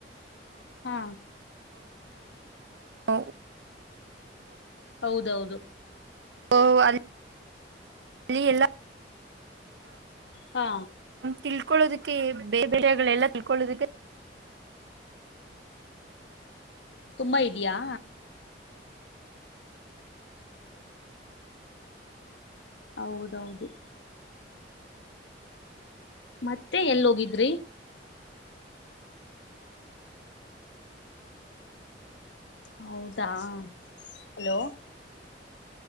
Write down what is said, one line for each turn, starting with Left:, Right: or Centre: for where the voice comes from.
Left: ಹಾ
Right: ಹ
Left: ಹೌದೌದು
Right: ಓ ಅಲ್ಲಿ ಅಲ್ಲಿ ಎಲ್ಲ
Left: ಹಾ
Right: ತಿಳ್ಕೊೊಳ್ಳೋದಕ್ಕೆ ಬೇರೆ ಬೇರೆೆಲ್ಲ ತಿಳ್ಕೊೊಳ್ಳೋದಕ್ಕೆ
Left: ತುಂಬಾ ಇದ್ಯಾಾ ಹೌದೌದು ಮತ್ತೆ ಎಲ್ಲೋಗಿದ್ರಿ ಹೌದಾ ಹಲೋ